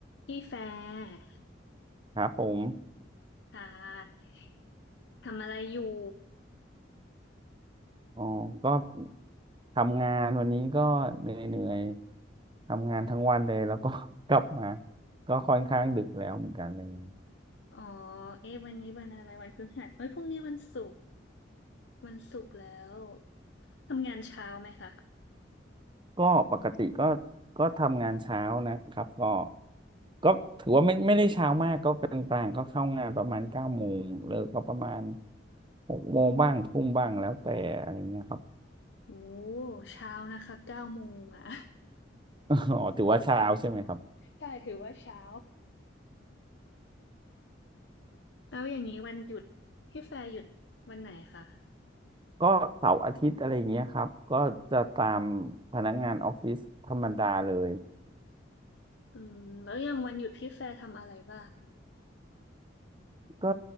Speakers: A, on the left; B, on the right.
A: พี่แฟร์
B: ครับผม
A: ค่ะทำอะไรอยู่
B: อ๋อก็ทำงานวันนี้ก็เหนื่อยๆ ทำงานทั้งวันเลยแล้วก็ <laughs> กลับมาก็ค่อนข้างดึกแล้วเหมือนกันอะไรอย่างเลย
A: อ๋อเอ๊ะวันนี้วันอะไรวันพฤหัสเอ้ยพรุ่งนี้วันศุกร์วันศุกร์แล้วทำงานเช้าไหมคะ
B: ก็ปกติก็ก็ทำงานเช้านะครับ ก็ก็ถือว่าไม่ไม่ได้เช้ามากก็กลางๆ ก็เข้างานประมาณเก้าโมงเลิกก็ประมาณหกโมงบ้างทุ่มบ้างแล้วแต่อะไรเงี้ยครับ
A: โอ้เช้านะคะเก้าโมงอ่ะ
B: <laughs> อ๋อถือว่าเช้าใช่ไหมครับ
A: <laughs> ใช่ถือว่าเช้าแล้วอย่างนี้วันหยุดพี่แฟร์หยุดวันไหนคะ
B: ก็เสาร์อาทิตย์อะไรเงี้ยครับก็จะตามพนักงานออฟฟิศธรรมดาเลย
A: อืมแล้วอย่างวันหยุดพี่แฟร์ทำอะไรบ้าง
B: ก็